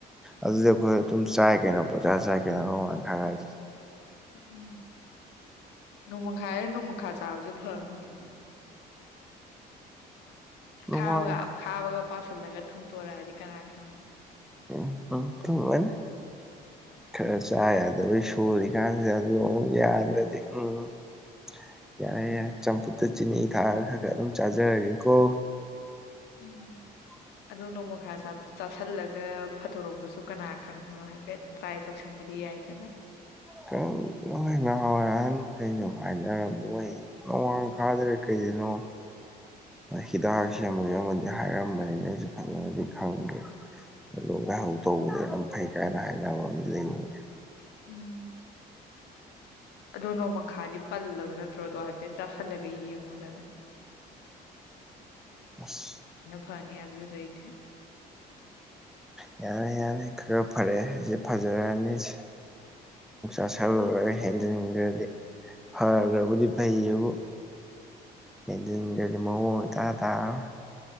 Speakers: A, in the centre; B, on the left.
A: ꯑꯗꯨꯗꯤ ꯑꯩꯈꯣꯏ ꯑꯗꯨꯝ ꯆꯥꯏ ꯀꯩꯅꯣ ꯄꯪꯖꯥ ꯆꯥꯏ ꯀꯩꯅꯣ ꯑꯣꯡꯃꯪꯈ ꯗꯨꯗꯤ꯫
B: ꯎꯝ ꯅꯣꯡꯃꯪꯈꯥꯏ ꯅꯣꯡꯃꯈꯥ ꯆꯥꯕꯁꯨ ꯐꯥꯕꯅꯤꯅꯦ꯫
A: ꯅꯣꯡꯃꯥꯡ
B: ꯈꯥꯕꯒ ꯈꯥꯕꯒ ꯄꯥꯁꯜꯂꯒ ꯊꯨꯝꯇꯣꯔꯛꯑꯗꯤ ꯀꯅꯥ ꯈꯪꯕ
A: ꯎꯝ ꯎꯝ ꯊꯨ ꯑ ꯅꯦ ꯈꯔ ꯆꯥꯏ ꯌꯥꯗ ꯁꯣꯔꯤꯀꯥꯟꯁꯤꯗ ꯑꯗꯨ ꯌꯥꯗ꯭ꯔꯗꯤ ꯎꯝ꯫ ꯌꯥꯔꯦ ꯌꯥꯔꯦ ꯆꯝꯐꯨꯠꯇ ꯆꯤꯅꯤ ꯊꯥꯛꯑꯒ ꯈꯔ ꯈꯔ ꯑꯗꯨꯝ ꯆꯥꯖꯔꯒꯦꯀꯣ꯫ <inaudible>
B: ꯎꯝ
A: <inaudible>
B: ꯑꯗꯣ ꯅꯣꯡꯃꯈꯥ ꯆꯥꯥꯁꯜꯂꯒ ꯐꯥꯗꯣꯔꯛꯄꯁꯨ ꯀꯅꯥ ꯈꯪꯕꯅꯣ ꯍꯥꯏꯐꯦꯠ꯫ ꯇ꯭ꯔꯥꯏ ꯇꯧꯁꯤꯟꯕꯗꯤ ꯌꯥꯏꯗꯅ꯫
A: ꯀ ꯂꯣꯏ ꯅꯍꯥꯟꯋꯥꯏ ꯑꯍꯟꯈꯩꯁꯨ ꯍꯥꯏꯅꯔꯝꯃꯣꯏ꯫ ꯅꯣꯡꯃꯪꯈꯥꯗ ꯢ ꯀꯩꯗꯅꯣ ꯍꯤꯗꯥꯛ ꯁꯦꯝ ꯑꯃꯒꯤ ꯑꯃꯗꯤ ꯍꯥꯏꯔꯝꯕꯅꯤꯅ ꯑꯩꯁꯨ ꯐꯖꯅꯗꯤ ꯈꯪꯗꯦ ꯂꯣꯛ ꯂꯥꯢꯍꯧ ꯇꯧꯕꯗ ꯌꯥꯝ ꯐꯩ ꯀꯥꯏꯅ ꯍꯥꯏꯅꯕ ꯑꯝꯗꯤ ꯂꯩꯕꯅꯦ꯫
B: ꯎꯝ ꯑꯗꯣ ꯅꯣꯡꯃꯈꯥꯗꯤ ꯄꯜꯂꯕ ꯅꯠꯇ꯭ꯔꯣꯗꯣ ꯍꯥꯏꯐꯦꯠ ꯆꯥꯥꯁꯜꯂꯒ ꯌꯦꯡꯉꯨ <unintelligible>
A: ꯑꯁ
B: ꯐꯅꯤꯗꯨ ꯍꯥꯢꯕꯖꯨ ꯂꯩꯇꯦ꯫
A: ꯌꯥꯅꯤ ꯌꯥꯅꯤ ꯈ ꯈꯔ ꯐꯔꯦ ꯑꯩꯁꯦ ꯐꯖꯔꯅꯤꯁ ꯑ ꯁꯥꯂꯨꯔꯒ ꯍꯦꯟꯖꯟꯒ꯭ꯔꯗꯤ꯫ ꯐꯔꯕꯨꯗꯤ ꯐꯩꯌꯦꯕꯨ ꯍꯦꯟꯖꯟꯒ꯭ꯔꯗꯤ ꯃꯑꯣꯡ ꯑꯃ ꯏꯇꯥ ꯇꯥꯔꯔꯣ